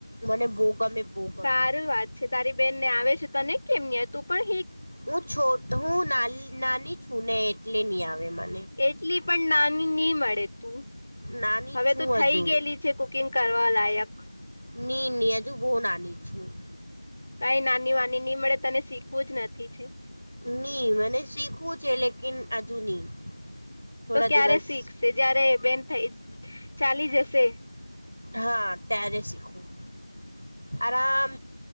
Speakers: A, on the right (about 80°); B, on the left (about 30°).
A: મને બહું ગમે. બહુ ગમે
B: સારું વાત છે. તારી બેનને આવે છે, તને કેમ નહીં આવે? તું પણ હીખ.
A: હું છોટ હું નાલ નાની છું ને એટલે નહીં આવે મને.
B: એટલી પણ નાની ની મળે તું.
A: નાની
B: હવે
A: છું
B: તો
A: હજુ
B: થઈ ગયેલી છે કુકિંગ કરવા લાયક.
A: ની, ની હજુ બહુ નાની છું.
B: કાંઈ નાની વાની નહીં મળે, તને શીખવું જ નથી છે.
A: ની મને શીખવું છે, લેકિન હજુ ની. થોડા
B: તો ક્યારે
A: દિવસ
B: શીખશે? જયારે બેન થઈ, ચાલી જશે.
A: હા, ત્યારે શીખું. આરામ